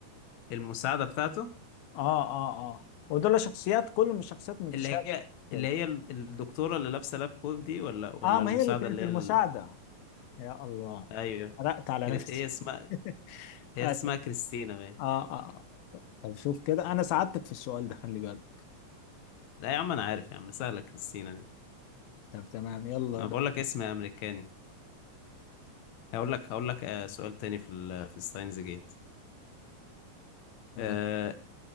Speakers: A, on the left (about 60°); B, on the left (about 80°).
A: المساعده بتاعته
B: اه اه اه ودول شخصيات كلهم شخصيات متشابهة
A: اللي هي
B: يعني شوية
A: اللي هي ال- الدكتوره اللي لابسه لاب كوت دي ولا
B: اه
A: ولا
B: ما
A: المساعده
B: هي اللي كانت
A: اللي
B: المساعدة
A: هي ال...
B: يا الله
A: ايوه
B: حرقت على
A: كري-
B: نفسي
A: هي اسمها
B: <laughs>
A: هي
B: اه
A: اسمها كريستينا باين
B: اه آه. طب شوف كده انا ساعدتك في السؤال ده خلي بالك
A: لا يا عم انا عارف يا عم سهله كريستينا دي
B: طب تمام يلا
A: انا
B: بقى
A: بقول لك اسم امريكاني هقول لك هقول لك آه، سؤال تاني في ال... في ستاينز جيت
B: تمام
A: آه،